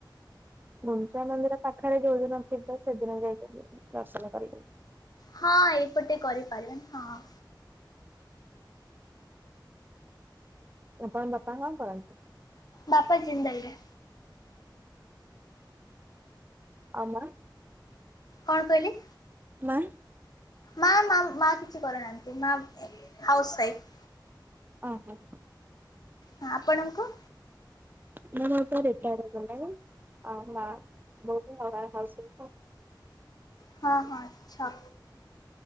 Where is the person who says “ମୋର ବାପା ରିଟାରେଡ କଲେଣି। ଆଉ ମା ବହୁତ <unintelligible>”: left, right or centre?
Right